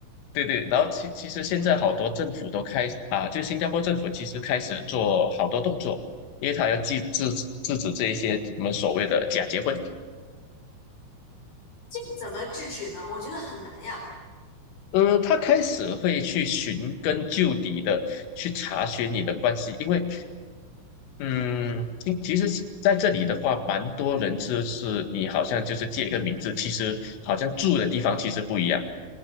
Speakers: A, on the left; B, on the left.
A: 对对，然后其其实现在好多政府都开啊，就新加坡政府其实开始做好多动作，因为他要制制止制止这一些我们所谓的假结婚。
B: 这个怎么制止呢？我觉得很难呀。
A: 呃，他开始会去寻根究底的去查询你的关系，因为，嗯，其其实在这里的话，蛮多人就是你好像就是借一个名字，其实好像住的地方其实不一样。